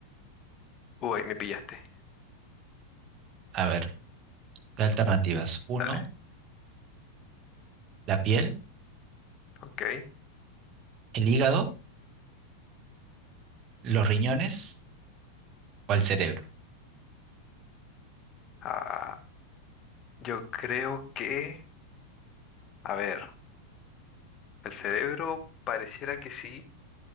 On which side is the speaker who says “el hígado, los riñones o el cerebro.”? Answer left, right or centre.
Right